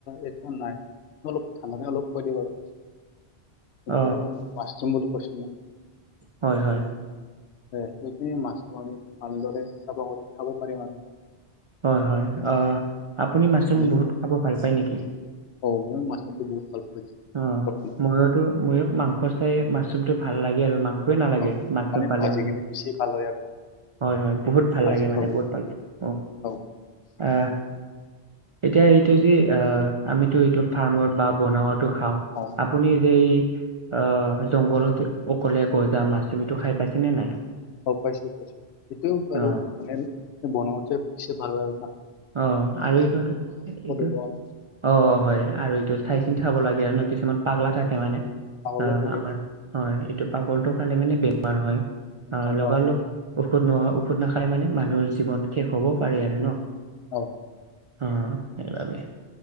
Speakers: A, on the left (about 80°); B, on the right (about 55°).
A: একো নাই অলপ ঠাণ্ডাতে অলপ কৰি দিব বাৰু কিন্ত
B: অ
A: মাছৰুম বুলি কৈছিলে।
B: হয় হয়।
A: হয় সেইখিনি মাছ আমি ভালদৰে চাফা কৰি খাব পাৰিম আমি
B: হয় হয়। অ আপুনি মাছৰুম
A: মানে
B: বহুত খাব ভাল পায় নেকি?
A: অ মই মাছৰুমটো বহুত ভাল পাওঁ এতিয়া
B: অ
A: বৰ্তমান
B: মইতো মইও মাংস চাই মাছ যোনটো ভাল লাগে আৰু মাংসই নালাগে
A: অ
B: মাছ নাপালে
A: ভাজি
B: মানে
A: কিনে বেছি ভাল হয় আৰু না,
B: হয় হয় বহুত ভাল
A: ভাজি
B: লাগে মানে
A: খাবলৈ
B: বহুত ভাল অ।
A: অ।
B: আহ এতিয়া এইটো যে অ আমিতো এইটো ফাৰ্মত বা বনাওঁ টো খাওঁ
A: অ
B: আপুনি যে এই অ জংঘলত অকলে গজা মাচৰুম এইটো খাই পাইছে নে নাই?
A: অ পাইছো পাইছো সেইটো বাৰু
B: অ
A: মানে বনাওঁতে বেছি ভাল লাগে ন।
B: অ আৰু এইটো এইটো
A: ওলোৱাটো
B: অ হয় আৰু এইটো চাই কিনি খাব লাগে আৰু ন কিছুমান পাগলা থাকে
A: অ
B: মানে,
A: ছাগলো
B: অ
A: থাকে
B: আমাৰ হয় এইটো পাগলটো খালে মানে বেমাৰ হয়,
A: তেনেহলে
B: লগা
A: অ
B: লগ ঔষধ নোহোৱা ঔখধ নাখালে মানে মানুহৰ জীৱন শেষ হ'ব পাৰে আৰু ন।
A: অ।
B: অ সেইবাবে